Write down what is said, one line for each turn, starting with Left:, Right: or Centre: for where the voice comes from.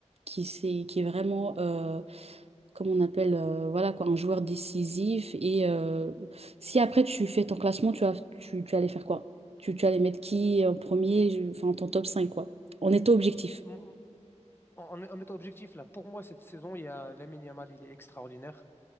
Right: qui, s'est- qui est vraiment, euh, comme on appelle, euh, voilà, quoi, un joueur décisif. Et euh, si après tu fais ton classement, tu vas, tu, tu allais faire quoi? Tu, tu allais mettre qui en premier, je- enfin ton top 5 quoi. On est objectif.
Left: Mon- en, en étant objectif, là, pour moi, cette saison, il y a Lamine Yamal, il est extraordinaire.